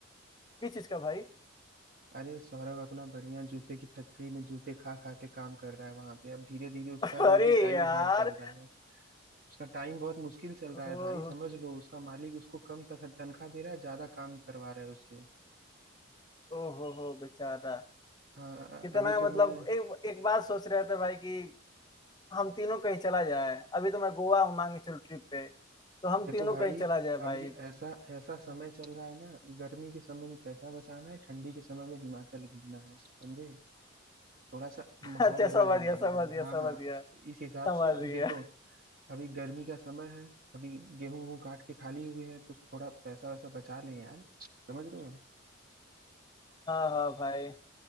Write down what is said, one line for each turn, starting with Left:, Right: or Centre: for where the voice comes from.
Left: किस चीज का भाई
Right: अरे सौरभ अपना बढ़िया जूते की फैक्ट्री में जूते खा खा के काम कर रहा है वहां पे अब धीरे धीरे उसका
Left: <laughs>
Right: भी
Left: अरे
Right: अभी टाइम
Left: यार
Right: हार्ड चल रहा है उसका टाइम बहुत मुश्किल चल रहा
Left: ओहो
Right: है भाई समझ लो उसका मालिक उसको कम तख- तनख्वाह दे रहा है ज्यादा काम करवा रहा है उससे
Left: ओहो हो बेचारा
Right: हाँ
Left: कितना
Right: अभी तो
Left: मतलब
Right: मैं
Left: एक एक बात सोच रहे थे भाई कि हम तीनों कहीं चला जाए अभी तो मैं गोवा हूँ मांगे चलो ट्रिप पे तो हम
Right: देखो
Left: तीनों
Right: भाई
Left: कहीं चला जाए भाई
Right: अभी
Left: <laughs>
Right: ऐसा ऐसा समय चल रहा है ना गर्मी के समय में पैसा बचाना है ठंडी के समय में हिमाचल घूमना है समझे थोड़ा सा
Left: अच्छा
Right: माहौल अलग
Left: समझ
Right: बनाना
Left: गया समझ
Right: है
Left: गया
Right: हाँ
Left: समझ
Right: हाँ
Left: गया
Right: तो इस हिसाब
Left: समझ
Right: से अभी
Left: गया
Right: देखो अभी गर्मी का समय है अभी गेहूं वूं काट के खाली हुए हैं तो थोड़ा पैसा वैसा बचा लें यार समझ रहे हो
Left: हाँ हाँ भाई